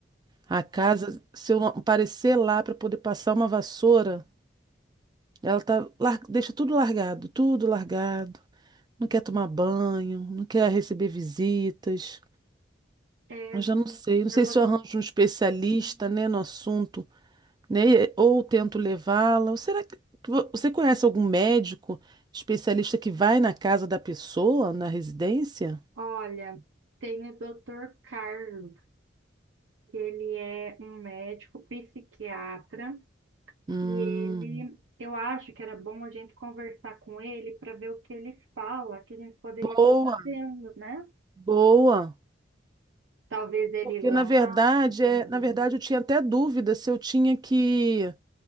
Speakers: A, on the right; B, on the right.
A: A casa, se eu não aparecer lá para poder passar uma vassoura, ela tá, lar- deixa tudo largado, tudo largado. Não quer tomar banho, não quer receber visitas.
B: É,
A: Eu já não sei, não
B: ela
A: sei se eu arranjo um especialista, né, no assunto né? E- Ou tento levá-la. Ou será que vo- você conhece algum médico especialista que vai na casa da pessoa, na residência?
B: Olha, tem o Dr. Carlos, que ele é um médico psiquiatra,
A: Hum,
B: e ele, eu acho que era bom a gente conversar com ele para ver o que ele fala, que a gente poderia estar
A: boa,
B: fazendo, né?
A: boa.
B: Talvez ele
A: Porque
B: ir lá,
A: na verdade,
B: ter
A: é,
B: uma visita.
A: na verdade eu tinha até dúvida se eu tinha que